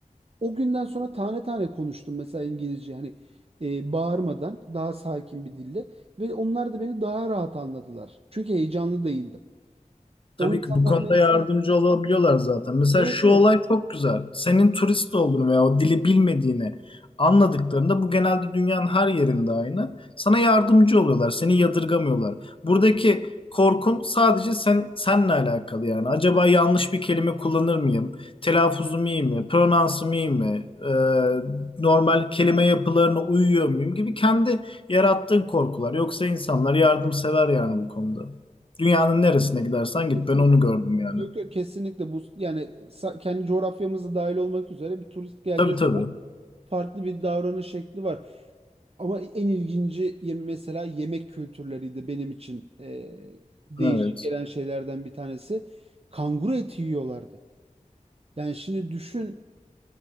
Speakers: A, on the right; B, on the left.
A: o günden sonra tane tane konuştum mesela İngilizce hani e, bağırmadan daha sakin bir dille ve onlar da beni daha rahat anladılar. Çünkü heyecanlı değildim. O
B: Tabii
A: insanlar
B: ki bu konuda
A: mesela
B: yardımcı olabiliyorlar zaten. Mesela
A: evet
B: şu
A: evet
B: olay çok güzel. Senin turist olduğunu veya o dili bilmediğini anladıklarında bu genelde dünyanın her yerinde aynı. Sana yardımcı oluyorlar, seni yadırgamıyorlar. Buradaki korkun sadece sen senle alakalı yani. Acaba yanlış bir kelime kullanır mıyım? Telaffuzum iyi mi? Pronansım iyi mi? Ee, normal kelime yapılarına uyuyor muyum gibi kendi yarattığın korkular. Yoksa insanlar yardımsever yani bu konuda. Dünyanın neresine gidersen git.
A: kesinlikle
B: Ben onu gördüm yani.
A: yok yok kesinlikle bu yani sa- kendi coğrafyamıza dahil olmak üzere bir turist geldiği
B: Tabii tabii.
A: zaman farklı bir davranış şekli var. Ama en ilginci yem- mesela yemek kültürleriydi benim için e, değişik
B: Evet.
A: gelen şeylerden bir tanesi. Kanguru eti yiyorlardı. Yani şimdi düşün